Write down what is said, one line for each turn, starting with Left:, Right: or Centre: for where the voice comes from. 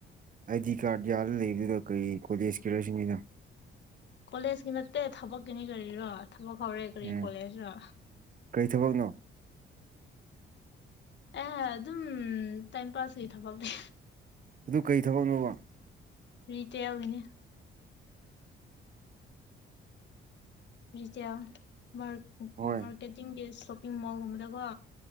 Right: ꯑꯥꯏ ꯗꯤ ꯀꯥ꯭ꯔꯗ ꯌꯥꯜ ꯂꯩꯕꯗꯨꯗ ꯀꯔꯤ ꯀꯣꯂꯦꯖ ꯀꯤꯔꯁꯤꯅꯤꯗ
Left: ꯀꯣꯂꯦꯖꯀꯤ ꯅꯠꯇꯦ ꯊꯕꯛꯀꯤꯅꯤ ꯀꯔꯤꯔꯣ ꯊꯕꯛ ꯍꯧꯔꯦ ꯀꯔꯤ
Right: ꯎꯝ
Left: ꯀꯣꯂꯦꯖꯔ
Right: ꯀꯔꯤ ꯊꯕꯛꯅꯣ
Left: ꯑꯦ ꯑꯗꯨꯝ ꯇꯥꯏꯝ ꯄꯥꯁꯀꯤ ꯊꯕꯛꯅꯦ
Right: ꯑꯗꯨ ꯀꯩ ꯊꯕꯛꯅꯣꯕ
Left: ꯔꯤꯇꯦꯜꯒꯤꯅꯤ ꯔꯤꯇꯦꯜ ꯃꯥꯔ
Right: ꯍꯣꯏ
Left: ꯃꯥꯔꯀꯦꯠꯇꯤꯡꯒꯤ ꯁꯣꯞꯄꯤꯡ ꯃꯣꯜꯒꯨꯝꯕꯗꯀꯣ